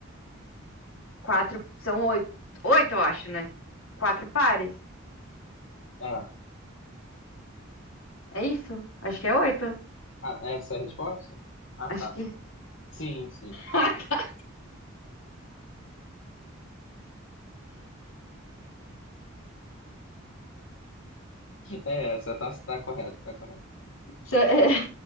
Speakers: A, on the left; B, on the left.
A: quatro. São oito. Oito, eu acho, né? Quatro pares.
B: É.
A: É isso? Acho que é oito.
B: Ah, essa é a resposta? Ah,
A: Acho
B: tá.
A: que.
B: Sim, sim.
A: <laughs>
B: É essa, tá, tá correto, tá correto.
A: Isso é-